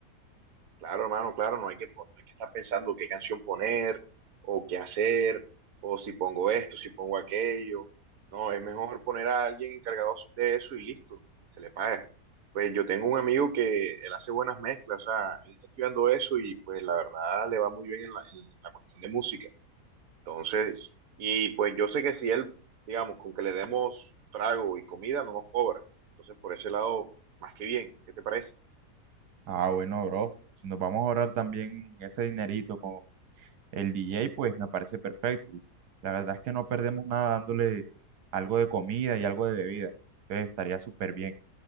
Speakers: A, on the right; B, on the right.
A: Claro, hermano, claro, no hay que, pon- no hay que estar pensando qué canción poner o qué hacer, o si pongo esto, si pongo aquello. No, es mejor poner a alguien encargado de eso y listo, se le paga. Pues yo tengo un amigo que él hace buenas mezclas, o sea, él está estudiando eso y pues la verdad le va muy bien en la, en la cuestión de música. Entonces, y pues yo sé que si él, digamos, con que le demos trago y comida, no nos cobra. Entonces, por ese lado, más que bien, ¿qué te parece?
B: Ah, bueno, bro, si nos vamos a ahorrar también ese dinerito con el DJ, pues me parece perfecto. Y la verdad es que no perdemos nada dándole algo de comida y algo de bebida. Entonces estaría súper bien.